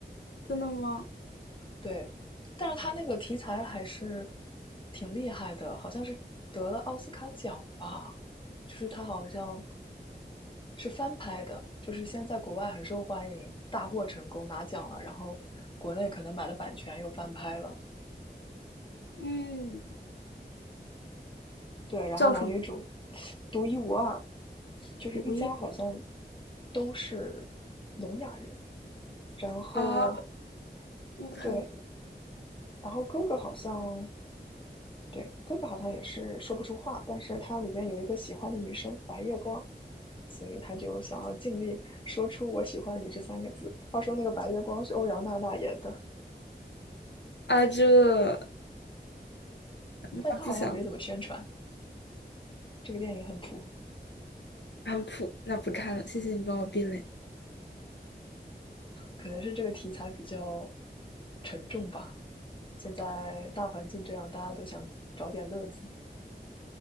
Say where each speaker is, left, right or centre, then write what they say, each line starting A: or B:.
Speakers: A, on the left (about 90°); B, on the left (about 30°).
A: 真的吗？
B: 对，但是他那个题材还是挺厉害的，好像是得了奥斯卡奖吧？就是他好像是翻拍的，就是先在国外很受欢迎，大获成功拿奖了，然后国内可能买了版权又翻拍了。
A: 嗯，
B: 对，然后男女主
A: 叫什么？
B: 独一无二，就是一家好像
A: 毒液
B: 都是聋哑人，然后
A: 啊？OK，
B: 对，然后哥哥好像对哥哥好像也是说不出话，但是他里边有一个喜欢的女生白月光，所以他就想要尽力说出“我喜欢你”这三个字。话说那个白月光是欧阳娜娜演的，
A: 啊，这
B: 但是他好像也没怎么宣传。
A: 那不想，
B: 这个电影很普，
A: 啊普，那不看了，谢谢你帮我避雷，
B: 可能是这个题材比较沉重吧。现在大环境这样，大家都想找点乐子。